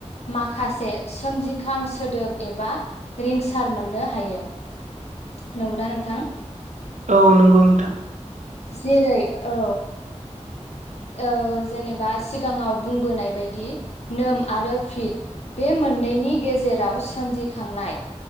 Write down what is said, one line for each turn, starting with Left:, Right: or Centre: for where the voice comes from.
Left: माखासे सोमजिखां सोदोब एबा रिंसार मोननो हायो नंगौना नोंथां
Right: औ नंगौ नोंथां
Left: जेरै औ औ जेनेबा सिगाङाव बुंबोनाय बायदि नोम आरो फिद बे मोननैनि गेजेराव सोमजिखांनाय